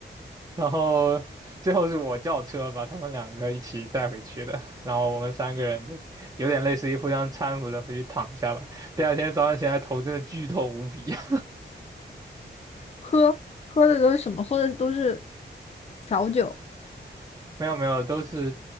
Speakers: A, on the right; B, on the left.
A: 然后最后是我叫车把他们两个一起带回去的，然后我们三个人就有点类似于互相搀扶着回去躺下吧。第二天早上起来头真的剧痛无比啊，
B: 喝喝的都是什么？喝的都是调酒，
A: <laughs> 没有没有，都是